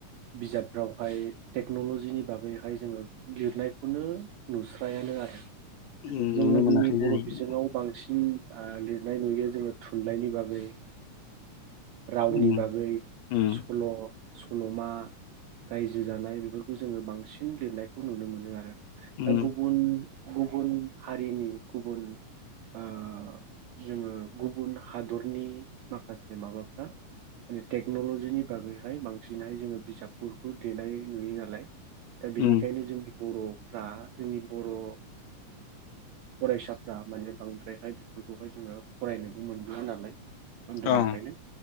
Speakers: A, on the right (about 80°); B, on the left (about 75°).
A: बिजाबफ्रावहाय टेक्न'ल'जिनि बागैहाय जोङो लिरनायखौनो नुस्रायानो। आरो
B: उम नुनो
A: जोङो
B: मोनाखै
A: जोंनि
B: जाहैबाय
A: बर' बिजोङाव बांसिन आ लिरनाय नुयो जोङो थुनलाइनि बागै रावनि
B: उम
A: बागै
B: उम
A: सल' सल'मा रायजो जानाय बेफोरखौ जोङो बांसिन लिरनायखौ नुनो मोनो आरो। दा
B: उम
A: गुबुन गुबुन हारिनि गुबुन आ जोङो गुबुन हादरनि माखासे माबाफ्रा माने टेक्न'लजिनि बागैहाय बांसिनहाय जोङो बिजाबफोरखौ देनाय नुयो नालाय दा बिनिखायनो
B: उम
A: जोंनि बर'फ्रा जोंनि बर' ओ फरायसाफ्रा माने बांद्रायहाय बेफोरखौहाय जोङो फरायनोबो मोनबोया नालाय उन्दैनिफ्रायनो
B: अ